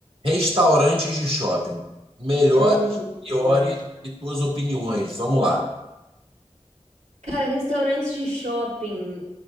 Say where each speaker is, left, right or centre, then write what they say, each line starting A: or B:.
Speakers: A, on the right; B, on the right.
A: Restaurantes de shopping. Melhores,
B: Uhum.
A: piores e tuas opiniões. Vamos lá.
B: Cara, restaurantes de shopping,